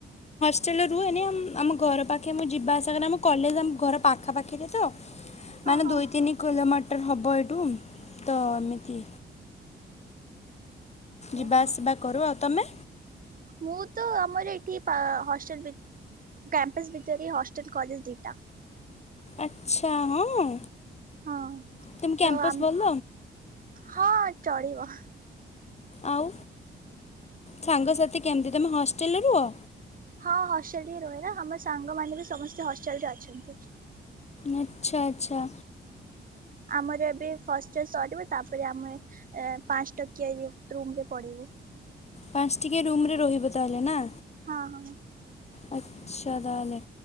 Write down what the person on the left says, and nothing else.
ହଷ୍ଟେଲରେ ରୁହେନି ଆମ ଘର ପାଖେ ମୁଁ ଏଇ ଯିବା ଆସିଆ କରେ ଆମ କଲେଜ ଆମ ଘର ପାଖାପାଖିରେ ତ।
ମାନେ
ଦୁଇ ତିନି କିଲମା ଟର୍ ହବ ଏଠୁ ତ ଏମିତି।
ଯିବା ଆସିବା କରୁ ଆଉ ତମେ?
ଆଛା ହଁ।
ତମେ କ୍ୟାମ୍ପସ୍
ଭଲ
ଆଉ ସାଙ୍ଗସାଥି କେମତି ତମେ ହଷ୍ଟେଲରେ ରୁହ?
ଆଛା ଆଛା।
ପାଞ୍ଚ ଟିକିଆ ରୁମରେ ରହିବ ତାହେଲେ ନା?
ଆ୍ଛ। <inaudible> ଆଛା ତାହେଲେ